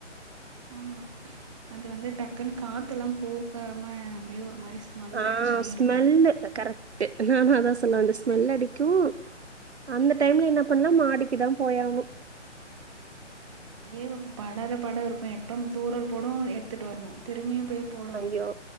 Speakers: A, on the right; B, on the right.
A: ஆமா அது வந்து டக்குன்னு காத்துல்லா போகாம அப்டியே ஒரு மாரி ஸ்மெல்
B: ஆ
A: அடிச்சுனே
B: ஸ்மெல்லு
A: இருக்கு
B: கரெக்ட்டு நானு அதா சொல்ல வந்தே ஸ்மெல் அடிக்கு அந்த டைம்ல என்ன பண்ணலா மாடிக்கு தா போயானு
A: ஆமா அதுவே இப்ப படாத பாட இருக்கு எப்போ நம்ப தூரல் போடு எடுத்துகட்டு வரணு திரும்பியு போய் போடணு
B: ஐயோ